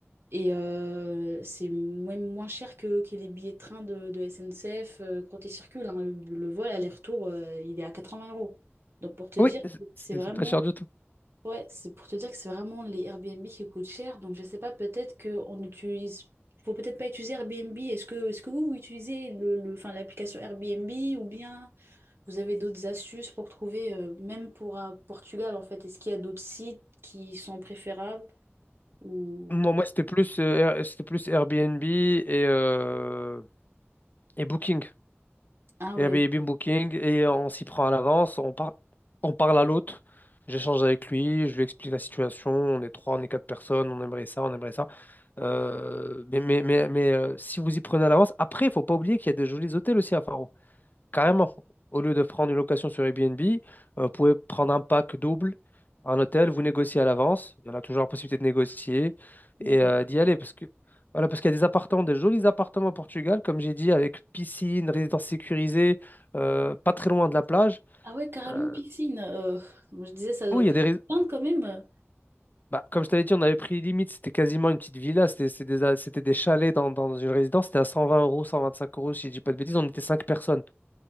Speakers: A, on the right; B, on the left.
A: et euh, c'est même moins cher que, que les billets de train de, de SNCF euh, quand ils circulent. hein. Le, le vol aller-retour, euh, il est à 80 euros. Donc pour te
B: Oui,
A: dire,
B: c'est
A: que c'est
B: c'est-
A: vraiment
B: c'est pas cher du tout.
A: Ouais, c'est pour te dire que c'est vraiment les Airbnb qui coûtent cher. Donc je sais pas, peut-être qu'on utilise. Faut peut-être pas utiliser Airbnb. Est-ce que, est-ce que vous, vous utilisez le, le- enfin, l'application Airbnb ou bien vous avez d'autres astuces pour trouver, euh, même pour euh, Portugal en fait, est-ce qu'il y a d'autres sites qui sont préférables ou...
B: Moi, moi c'était plus, euh, Air- c'était plus Airbnb et, euh, et Booking.
A: Ah ouais,
B: Airbnb Booking et on s'y prend à l'avance, on par- on parle à l'hôte, j'échange avec lui, je lui explique la situation, on est trois, on est quatre personnes, on aimerait ça, on aimerait ça. Euh, mais mais, mais, mais euh, si vous y prenez à l'avance, après, il faut pas oublier qu'il y a des jolis hôtels aussi à Faro. Carrément, au lieu de prendre une location sur Airbnb, euh, vous pouvez prendre un pack double, un hôtel, vous négociez à l'avance. Il y en a toujours la possibilité de négocier
A: d'accord.
B: et euh, d'y aller. Parce que, voilà, parce qu'il y a des appartements, des jolis appartements au Portugal, comme j'ai dit, avec piscine, résidence sécurisée, euh, pas très loin de la plage.
A: Ah ouais, carrément
B: Euh,
A: piscine. Euh, moi, je disais ça doit
B: oui,
A: coûter
B: il y a des. rés-
A: plein quand même. euh,
B: Bah, comme je t'avais dit, on avait pris limite, c'était quasiment une petite villa, c'était c'était des, a- c'était des chalets dans, dans une résidence, c'était à 120 euros, 125 euros, si je dis pas de bêtises, on était 5 personnes.